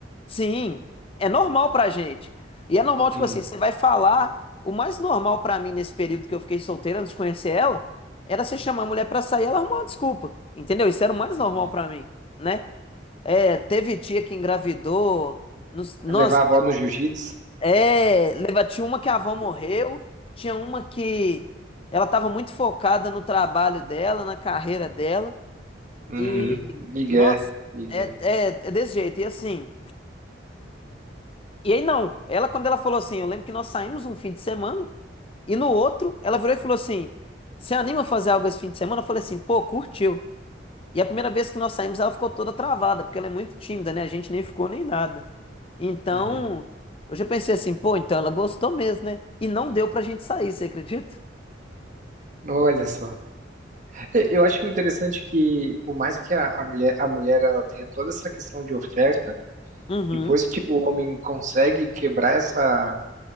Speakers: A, on the left (about 30°); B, on the right (about 40°).
A: sim. É normal pra gente. E é normal, tipo
B: Hum,
A: assim, você vai falar. O mais normal pra mim nesse período que eu fiquei solteira antes de conhecer ela era você chamar a mulher pra sair e ela arrumar uma desculpa. Entendeu? Isso era o mais normal
B: uhum,
A: pra mim, né? É, teve tia que engravidou. nos- Nossa,
B: levar a avó no jiu-jitsu,
A: É, leva- tinha uma que a avó morreu, tinha uma que ela estava muito focada no trabalho dela, na carreira dela,
B: uhum,
A: e
B: Miguel,
A: nossa,
B: migué.
A: é, é, é desse jeito. E assim, e aí não, ela quando ela falou assim, eu lembro que nós saímos um fim de semana, e no outro ela virou e falou assim: Você anima a fazer algo esse fim de semana? Eu falei assim, pô, curtiu. E a primeira vez que nós saímos, ela ficou toda travada, porque ela é muito tímida, né? A gente nem ficou nem nada. Então,
B: uhum.
A: eu já pensei assim, pô, então ela gostou mesmo, né? E não deu pra gente sair, você acredita?
B: Olha só. E- Eu acho interessante que, por mais que a, a mulher, a mulher ela tenha toda essa questão de oferta,
A: Uhum.
B: depois que o homem consegue quebrar essa